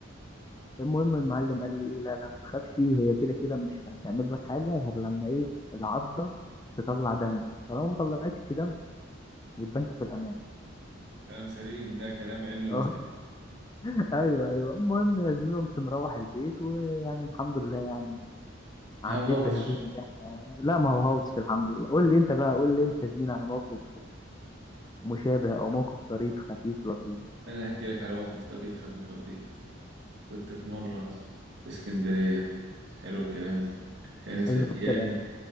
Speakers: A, on the left (about 20°); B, on the right (about 60°).
A: المهم المعلم قال لي ايه لا لا ما تخافش هي كده كده مش هتعمل لك حاجه غير لما ايه العضه تطلع دم طالما ما طلعتش دم يبقى انت في الامان
B: كلام سليم ده كلام علمي
A: اه
B: مصحح
A: <laughs> ايوه ايوه المهم يا زميلي قمت مروح البيت ويعني الحمد لله يعني
B: ما
A: عديت
B: هوتش
A: بهذه المحنه لا ما هو هوتش الحمد لله قول لي انت بقى قول لي انت يا زميلي على موقف مشابه أو موقف طريف خفيف لطيف
B: انا هحكي لك على موقف طريف خفيف لطيف كنت في مره في اسكندريه حلو الكلام كانت في
A: حلو الكلام
B: ايام